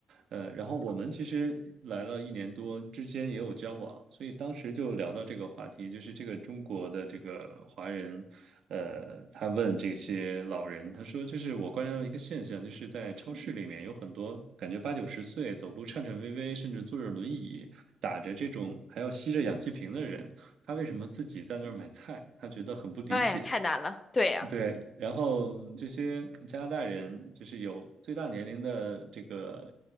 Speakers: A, on the right; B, on the left.
A: 呃，然后我们其实来了一年多，之间也有交往，所以当时就聊到这个话题，就是这个中国的这个华人，呃，他问这些老人，他说，就是我观察到一个现象，就是在超市里面有很多感觉八九十岁，走路颤颤巍巍，甚至坐着轮椅，打着这种还要吸着氧气瓶的人，他为什么自己在那儿买菜？他觉得很不理解。
B: 哎呀，太难了，对呀。
A: 对，然后这些加拿大人就是有最大年龄的这个